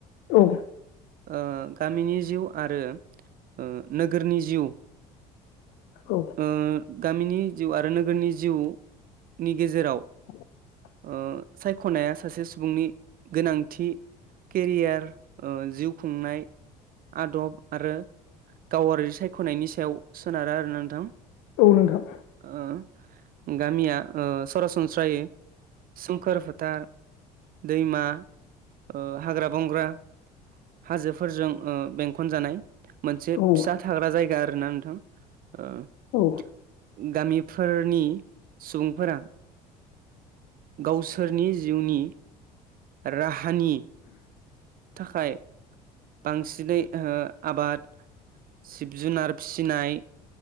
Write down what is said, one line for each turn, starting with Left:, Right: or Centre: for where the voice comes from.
Left: औ
Right: ओ गामिनि जिउ आरो ओ नोगोरनि जिउ
Left: औ
Right: ओ गामिनि जिउ आरो नोगोरनि जिउ नि गेजेराव
Left: <inaudible>
Right: ओ सायख'नाया सासे सुबुंनि गोनांथि केरियार ओ जिउ खुंनाय आदब आरो गावारि सायख'नायनि सायाव सोनारा आरोना नोंथां
Left: औ नोंथां
Right: ओ गामिया ओ सरासनस्रायै सोमखोर फोथार दैमा ओ हाग्रा बंग्रा हाजोफोरजों ओ बेंखन जानाय मोनसे
Left: औ
Right: फिसा थाग्रा जायगा आरोना नोंथां <inaudible>
Left: औ
Right: गामिफोरनि सुबुंफोरा गावसोरनि जिउनि राहानि थाखाय बांसिनै हो आबाद जिब जुनार फिनाय